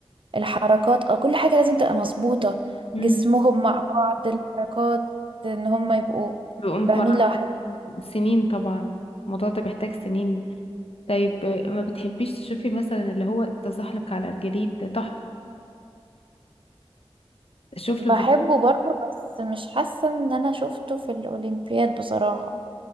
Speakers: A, on the right; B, on the left.
A: الحركات اه كل حاجة لازم تبقى مظبوطة
B: امم
A: جسمهم مع بعض الحركات ان هم يبقوا
B: بيبقوا متمرنين
A: فاهمين لو حد
B: سنين طبعا الموضوع ده بيحتاج سنين طيب آه، ما بتحبيش تشوفي مثلا اللي هو التزحلق على الجليد ده تحفة اشوف
A: بحبه
B: له فيديو
A: برضه بس مش حاسة ان انا شفته في الاولمبياد بصراحة